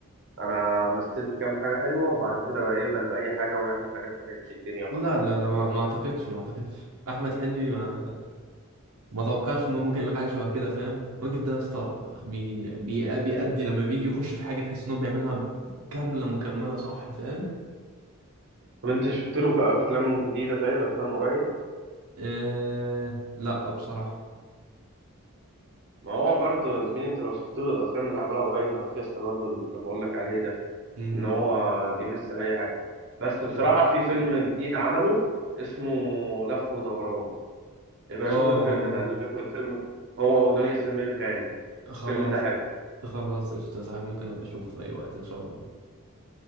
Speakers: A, on the right; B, on the right.
A: انا مثلت كام حاجة حلوة وبعد كده بقى يقبل بأي حاجة ويعمل حاجات ما كانتش الدنيا بقى
B: لا لا لا ما ما اعتقدش ما اعتقدش احمد حلمي ما ما توقعش انه ممكن يعمل حاجه شبه كده فاهم الراجل ده يا اسطى بي... بي... بيأدي لما بيجي يخش في حاجه تحس انه بيعملها كامله مكمله صح فاهم
A: طب انت شفت له في افلام جديدة طيب افلام قريب
B: آه... لا بصراحه
A: ما هو برضو يا زميلي انت لو شفت له الافلام اللي عملها قريب هتحس برضو اللي بقول لك عليه ده
B: امم
A: ان هو بيمثل اي حاجة بس بصراحة
B: اه
A: في فيلم جديد عمله اسمه لف ودوران يبقى
B: اه
A: شوف الفيلم ده الفيلم هو ودنيا سمير غانم
B: خلاص
A: الفيلم ده حلو
B: خلاص قشطه يا صاحبي ممكن ابقى اشوفه في اي وقت ان شاء الله